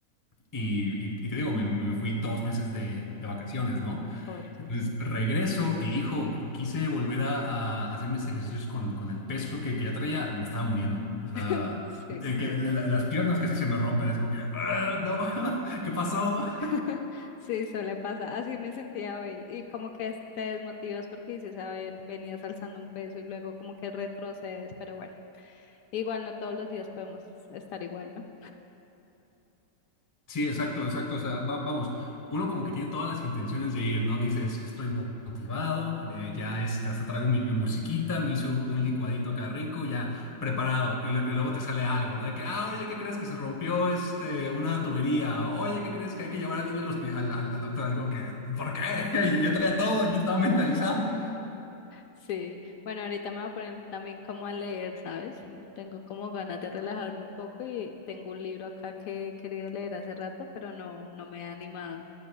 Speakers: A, on the left; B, on the left.
A: y, y- y te digo, me, me fui dos meses de, de vacaciones, ¿no?
B: por Dios.
A: Entonces regreso y, hijo, quise volver a, a hacer mis ejercicios con, con el peso que, que ya traía, me estaba muriendo. O sea,
B: <laughs> Sí,
A: eh, que la- la- las piernas casi se me rompen, así como que, "Ah, no, <laughs> ¿qué pasó?
B: <laughs> sí, suele pasar. Así me sentía hoy y como que te desmotivas porque dices, a ver, venías alzando un peso y luego como que retrocedes, pero bueno. Igual no todos los días podemos estar igual, ¿no?
A: Sí, exacto, exacto. O sea, va- vamos, uno como que tiene todas las intenciones de ir, ¿no? Dices, estoy mo- motivado, eh, ya este, hasta traigo mi, mi musiquita, me hizo un licuadito acá rico, ya preparado. Y, lo- y luego te sale algo, ¿no? De que, ah, oye, ¿qué crees que se rompió este, una tubería? Oye, ¿qué crees que hay que llevar al niño al, hospi- al, al- al doctor? Digo que, ¿por qué?
B: Sí. <laughs>
A: <laughs> Yo, yo traía todo, yo estaba mentalizado.
B: Sí, bueno, ahorita me voy a poner también como a leer, ¿sabes? Tengo como ganas de relajarme un poco y tengo un libro acá que he querido leer hace rato, pero no, no me he animado.